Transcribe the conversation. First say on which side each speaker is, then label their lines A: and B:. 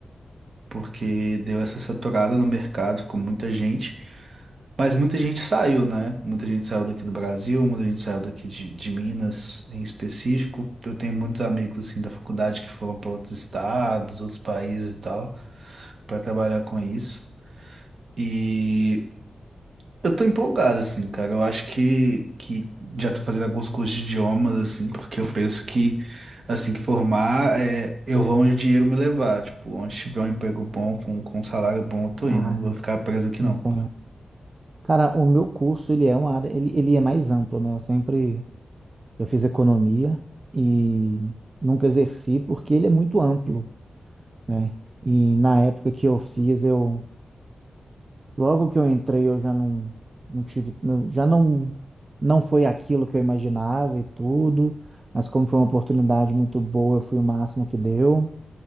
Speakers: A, on the right; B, on the right.
A: porque deu essa saturada no mercado, ficou muita gente, mas muita gente saiu, né? Muita gente saiu daqui do Brasil, muita gente saiu daqui de, de Minas em específico. Eu tenho muitos amigos assim da faculdade que foram para outros estados, outros países e tal, para trabalhar com isso. E eu tô empolgado, assim, cara. Eu acho que, que já tô fazendo alguns cursos de idiomas, assim, porque eu penso que, assim que formar, é, eu vou onde o dinheiro me levar. Tipo, onde tiver um emprego bom, com, com um salário bom, eu tô
B: Ah,
A: indo. Não vou
B: isso-
A: ficar preso aqui,
B: entendo.
A: não.
B: Cara, o meu curso, ele é uma área, ele, ele é mais amplo, né? Eu sempre, eu fiz economia e nunca exerci porque ele é muito amplo, né? E na época que eu fiz, eu, logo que eu entrei, eu já não, não tive, não- já não, não foi aquilo que eu imaginava e tudo, mas como foi uma oportunidade muito boa, eu fui o máximo que deu.